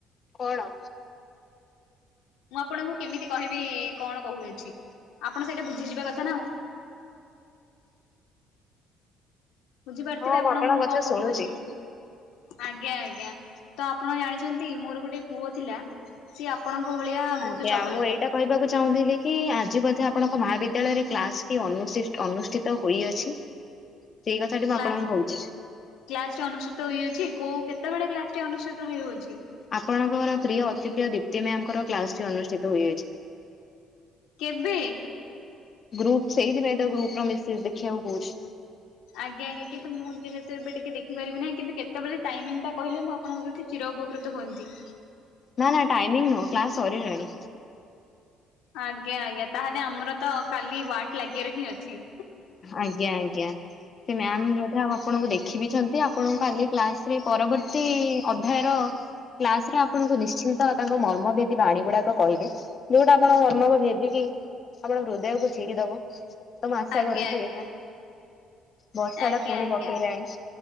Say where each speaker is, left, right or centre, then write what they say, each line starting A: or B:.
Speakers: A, on the left (about 45°); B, on the left (about 80°).
A: କଣ।
B: ମୁଁ ଆପଣଙ୍କୁ କେମିତି କହିବି କଣ କହୁଅଛି ଆପଣ ସେଇଟା ବୁଝିଯିବା କଥା ନା ଆଉ। ବୁଝିପାରୁଥିବେ
A: ହଁ
B: ଆପଣଙ୍କୁ
A: ଆପଣଙ୍କ
B: ମୁଁ
A: କଥା
B: କଣ କହୁଅଛି।
A: ଶୁଣୁଛି।
B: ଆଜ୍ଞା ଆଜ୍ଞା ତ ଆପଣ ଜାଣିଛନ୍ତି ମୋର ଗୋଟେ ପୁଅ ଥିଲା ସିଏ ଆପଣଙ୍କ ଭଳିଆ ବହୁତ
A: ଆଜ୍ଞା
B: ଚଗଲା।
A: ମୁଁ ଏଇଟା କହିବାକୁ ଚାହୁଁଥିଲି କି ଆଜି ବ ଆପଣଙ୍କ ମହାବିଦ୍ୟାଳୟରେ କ୍ଲାସ ଟି ଅନୁଷ୍ଠିତ ହୋଇଅଛି।
B: <unintelligible>
A: ସେଇ କଥା ଟି ମୁଁ
B: କ୍ଲାସ
A: ଆପଣଙ୍କୁ କହୁଛି।
B: କ୍ଲାସ ଟି ଅନୁଷ୍ଠିତ ହେଇଯାଉଛି କୋଉ କେତେବେଳେ କ୍ଲାସ ଟି ଅନୁଷ୍ଠିତ ହେଇଯାଉଛି।
A: ଆପଣଙ୍କର ପ୍ରିୟ ଅତି ପ୍ରିୟ ଦୀପ୍ତି ମ୍ୟାର କ୍ଲାସଟି ଅନୁଷ୍ଠିତଯାଇଛି।
B: କେବେ।
A: ଗ୍ରୁପ ସେହିଛି ଗ୍ରୁପର ମିସେଜ ଦେଖାଇବାକୁ କହୁଛି।
B: ଆଜ୍ଞା ଆ୍ା କିନ୍ତୁ ମୁଁ ଯେହେତୁ ଏବେ ଟିକେ ଦେଖିାରିବିହିଁ କିନ୍ତୁ କେେବେଳେ ଟାଇମ ଟା କହିଲେ ମୁଁ ଆପଣଙ୍କର ଏଠି ଚୀର ଉପକୃତ ହୁଅନ୍ତି।
A: ନା ନା ଟାଇମିଙ୍ଗ ନ କ୍ଲାସ ସରିଲାନି।
B: ଆଜ୍ଞା ଆଜ୍ଞା ତାହେଲେ ଆମର ତ କାଲି ୱାଟ ଲାଗିବାର ହିଁ ଅଛି।
A: ଆଜ୍ଞା ଆଜ୍ଞା ସେ ମ୍ୟାାମ ଯ ଆଉ ଆପଣଙ୍କୁ ଦେଖ ଶିଖିବିଛନ୍ତି ଆପଣଙ୍କୁ କାଲି କ୍ଲାସରେ ପରବର୍ତ୍ତୀ ଅଧ୍ୟାୟର କ୍ଲାସ ରେ ଆପଣଙ୍କୁ ନିଶ୍ଚିନ୍ତ ତାଙ୍କ ମର୍ମଭେଦୀ ବାଣୀ ଗୁଡାକ କହିବେ। ଯୋଉଟା ଆପଣ କର୍ମକୁ ଯବିକି ଆପଣ ହୃଦୟକୁ ଛିରିଦବ। ତମ ଆସା
B: ଆଜ୍ଞା
A: କରୁଛ
B: ଆଜ୍ଞା
A: ବର୍ଷା
B: ଆଜ୍ଞା
A: ଟା ପୁଣି
B: ଆଜ୍ଞା।
A: ପକେଇଲାଣି